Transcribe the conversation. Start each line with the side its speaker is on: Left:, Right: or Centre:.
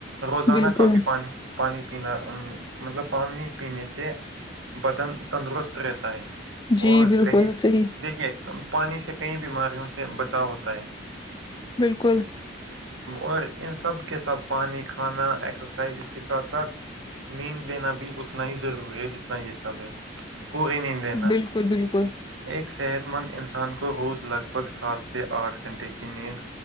Right: روزانہ
Left: بالکل
Right: کافی پانی پانی پینا مطلب پانی پینے سے بدن تندرست رہتا ہے
Left: جی
Right: اور
Left: بالکل
Right: کہئی
Left: صحیح
Right: دیکھیے پانی سے کئی بیماریوں سے بچاؤ ہوتا ہے
Left: بالکل
Right: اور ان سب کے ساتھ پانی کھانا ایکسرسائز اس کے ساتھ ساتھ نیند لینا بھی اتنا ہی ضروری ہے جتنا یہ سب ہے پوری نیند لینا
Left: بالکل بالکل
Right: ایک صحت مند انسان کو روز لگ بھگ سات سے آٹھ گھنٹے کی نیند